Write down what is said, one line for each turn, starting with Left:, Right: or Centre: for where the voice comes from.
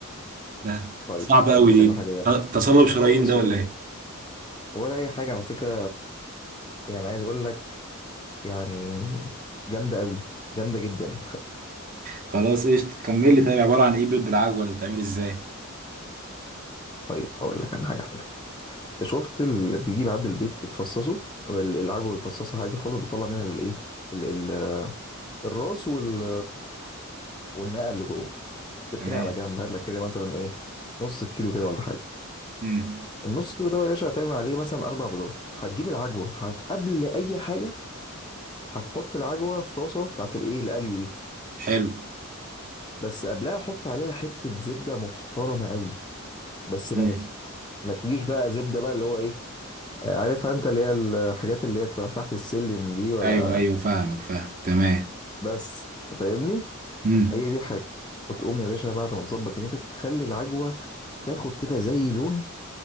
Right: لا
Left: طيب
Right: صعب
Left: هقول
Right: أوي
Left: لك انا
Right: دي
Left: حاجه جامده
Right: تصلب شرايين
Left: خالص
Right: ده ولا
Left: والله
Right: إيه
Left: ولا اي حاجه على فكره يعني عايز اقول لك يعني جامده قوي جامده جدا
Right: خلاص قشطة كمل لي طيب عبارة عن ايه بيض بالعجوة اللي بتتعمل ازاي
Left: <laughs> طيب هقول لك انا حاجه حلوه. انت شفت اللي بيجيب عند البيت بتفصصه ال- العجوه بتفصصها عادي خالص بتطلع منها الايه ال- ال- الراس وال والنقع اللي جوه تركنها
Right: تمام
Left: على جنب هات لك كده مثلا ايه نص كيلو كده ولا حاجه
Right: امم
Left: النص كيلو ده يا باشا هتعمل عليه مثلا اربع بيضات هتجيب العجوه هت قبل اي حاجه هتحط العجوه في طاسه بتاعت الايه القلي دي
Right: حلو
Left: بس قبلها حط عليها حته زبده محترمه قوي بس بلدي
Right: امم
Left: ما تجيش بقى زبده بقى اللي هو ايه آه، عارفها انت اللي هي الحاجات اللي هي بتبقى تحت السلم دي ولا
Right: ايوه ايوه فاهمك فاهمك تمام
Left: بس تفهمني
Right: امم
Left: هي دي الحاجه وتقوم يا باشا بعد ما تظبط دنيتك تخلي العجوه تاخد كده زي لون